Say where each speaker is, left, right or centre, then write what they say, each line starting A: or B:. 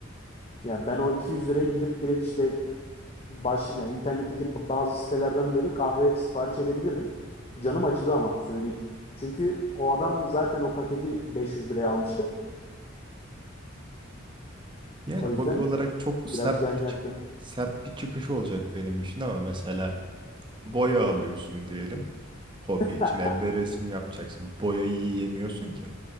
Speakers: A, on the left; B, on the right.
A: Ya ben o 200 liraya gidip direkt işte baş yani internetteki ba- bazı sitelerden böyle kahve sipariş edebilirdim. Canım acıdı ama söyleyeyim. Çünkü o adam zaten o paketi 500 liraya almıştır.
B: Yani
A: O
B: hobi
A: yüzden
B: olarak çok
A: biraz
B: sert
A: can yaktı.
B: bir çık- sert bir çıkış olacak benim için ama mesela boya alıyorsun diyelim. Hobi
A: <laughs>
B: için evde resim yapacaksın. Boyayı yiyemiyorsun ki